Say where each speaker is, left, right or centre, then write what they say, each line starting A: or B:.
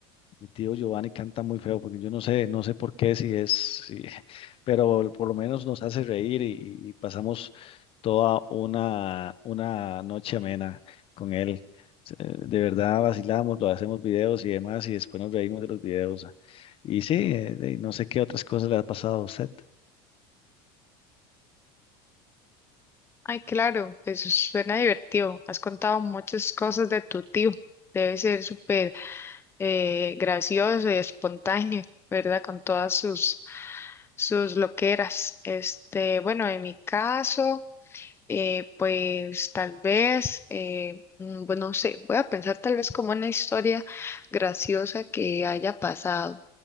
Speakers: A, on the left; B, on the left.
A: Mi tío Giovanni canta muy feo, porque yo no sé, no sé por qué, si es, si- <laughs> pero por lo menos nos hace reír y, y pasamos toda una, una noche amena con él. Se- De verdad vacilamos, lo hacemos videos y demás, y después nos reímos de los videos. Y sí, eh, eh, no sé qué otras cosas le ha pasado a usted.
B: Ay, claro, eso suena divertido. Has contado muchas cosas de tu tío. Debe ser súper eh, gracioso y espontáneo, ¿verdad? Con todas sus, sus loqueras. Este, bueno, en mi caso. Eh, pues tal vez, eh, mm, bueno, no sé, voy a pensar tal vez como una historia graciosa que haya pasado.